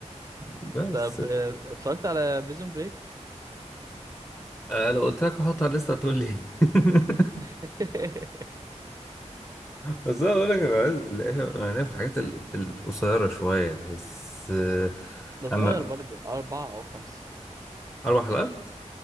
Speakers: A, on the left (about 20°); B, on the right (about 30°).
A: بس
B: طب آه، اتفرجت على بريزون بريك
A: آه، لو قلت لك هحطها على الليسته هتقول لي <laughs>
B: <laughs>
A: بس انا اقول لك انا عايز الاقيها انا ليا في الحاجات ال- القصيره شويه بس آه،
B: ده صغير
A: اما
B: برضو اربعة او خمسة
A: اربع حلقات